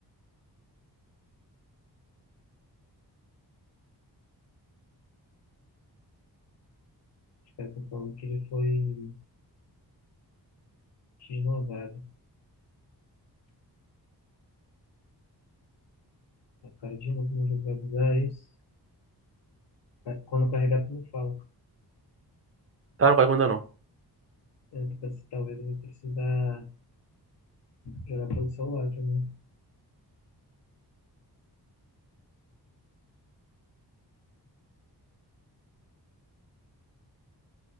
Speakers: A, on the left; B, on the right.
A: Os caras estão falando que ele foi Renovado. A cara de novo no jogo vai bugar é isso. Ca- Quando eu carregar, eu falo.
B: Tá, não caiu ainda não.
A: É, talvez talvez eu vou precisar jogar pelo celular também.